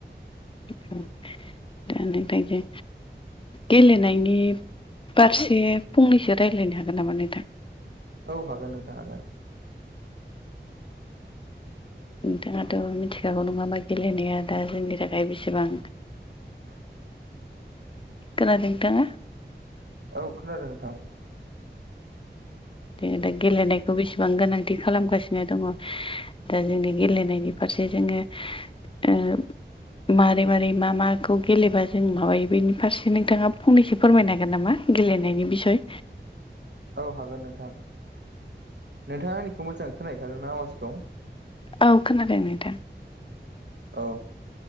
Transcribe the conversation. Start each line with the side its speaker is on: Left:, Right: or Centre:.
Left: <unintelligible> दा नोंथांजों गेलेनायनि फारसे फंनैसो रायज्लायनो हागोन नामा नोंथां
Right: औ हागोन नोंथां हागोन
Left: नोंथाङाथ मिथिखागौ नङाहोनबा गेलेनाया दा जोंनि थाखाय बेसेबां
Right: <inaudible>
Left: खोनादों नोंथाङा
Right: औ खोनादों नोंथां
Left: जों दा गेलेनायखौ बेसेबां गोनांथि खालामगासिनो दङ दा जोंनि गेलेनायनि फारसे जोङो ओ मारै मारै मा माखौ गेलेबा जों माबायो बेनि फारसे नोंथाङा फंनैसो फोरमायनो हागोन नामा गेलेनायनि बिसय
Right: औ हागोन नोंथां नोंथाङा आंनिखौ मोजांङै खोनाहैखादोंना आवाजखौ
Left: औ खोनादों नोंथां
Right: औ